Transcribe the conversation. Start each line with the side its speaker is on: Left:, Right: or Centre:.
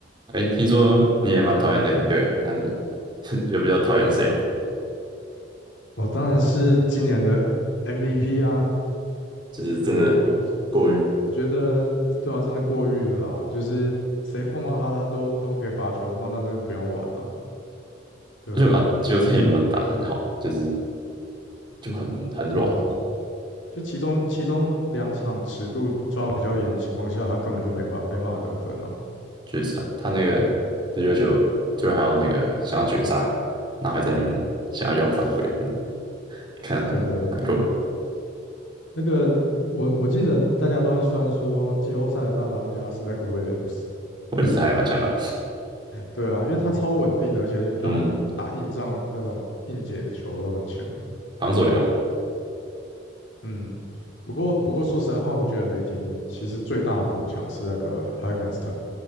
Right: 哎，听说你也蛮讨厌雷霆队，那你 <laughs> 有比较讨厌谁吗？
Left: 我当然是今年的 MVP 啊，
Right: 就是真的过于，
Left: 对啊，我我觉得对啊，真的过誉了啦，就是谁碰到他，他都都可以罚球的话，那真的不用玩了，对啊，
Right: 而且他季后赛也没有打得很好，就是就很很软，
Left: 对啊，就其中其中两场尺度比抓的比较严的情况下，他根本就没办没办法得分啊，
Right: 确实啊，他那个这要球最后还要那个想要绝杀，
Left: 对啊，
Right: 然后还在那边想要要犯规，嗯看得蛮难过的。
Left: 真的，那个我我记得大家都在酸说季后赛的大当家是那个 Williams，
Right: 我识他还蛮强的，
Left: 对啊，因为他超稳定的，而且打打硬仗那种硬解的球都很强。
Right: 嗯，防守也猛。
Left: 嗯，不过不过说实在话，我觉得雷霆其实最大的补强是那个 Hagenston，